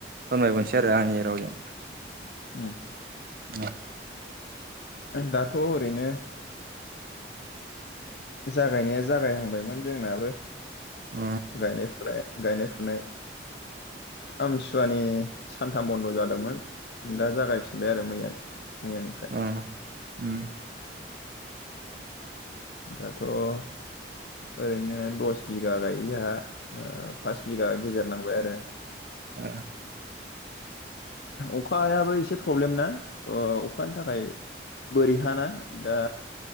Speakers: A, on the right; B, on the left.
A: फोरमायबावनोसै आरो रो आंनि रावजों
B: उम
A: ओं ओ
B: आं दाथ ओरैनो जागायनाया जागायहांबायमोन जोंनाबो
A: औ
B: गायनाय फुनाय गायनाय फुनाय आमथिसुवानि सानथाम बन्द जादोंमोन दा जागायफिनबाय आरो मैया मैयानिफ्राय
A: उम उम
B: दाथ ओरैनो दस बिगा गायो जोंहा ओ पास बिगा गेजेर नांबाय आरो
A: ओ
B: अखायाबो एसे प्रब्लेम ना आ अखानि थाखाय बोरैहाना दा